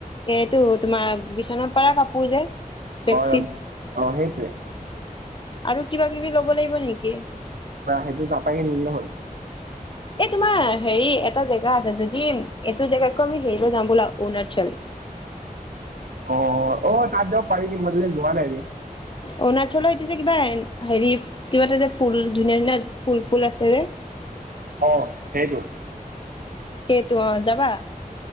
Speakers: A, on the left; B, on the right.
A: এইটো তোমাৰ বিচনাত পাৰা কাপোৰ যে বেডশ্বীট
B: <unintelligible> অ সেইটোৱেই।
A: আৰু কিবা-কিবি ল'ব লাগিব নেকি?
B: বা সেইটো তাৰপাই কিনি ল'লে হ'ল।
A: এ তোমাৰ, হেৰি এটা জেগা আছে, যদি এইটো জেগাতকৈ আমি হেৰি লৈ যাম বলা অৰুণাচল।
B: অ-অ, অ, তাত যাব পাৰি কিন্তু মই যোৱা নাই ৰে।
A: অৰুণাচলৰ এইটো যে কিবা, হেৰি কিবা এটা যে ফুল ধুনীয়া-ধুনীয়া, ফুল-ফুল আছে যে
B: অ, সেইটো।
A: সেইটো অ, যাবা?